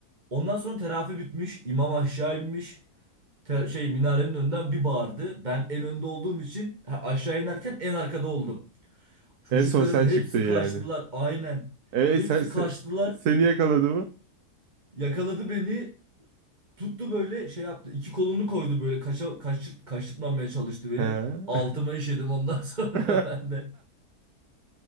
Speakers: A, on the right; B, on the right.
A: ondan sonra terafi bitmiş. imam aşağı inmiş. Te- şey minarenin önünden bir bağırdı. Ben en önde olduğum için ha, aşağı inerken en arkada oldum. Çocukların
B: En son sen
A: hepsi
B: çıktın
A: kaçtılar
B: yani.
A: aynen.
B: E
A: Hepsi
B: sen, se-
A: kaçtılar.
B: seni yakaladı mı?
A: Yakaladı beni. Tuttu böyle şey yaptı. İki kolunu koydu böyle kaşa, kaşırt, kaşırtmamaya çalıştı beni.
B: He.
A: Altıma işedim ondan <laughs> sonra
B: <laughs>
A: ben de.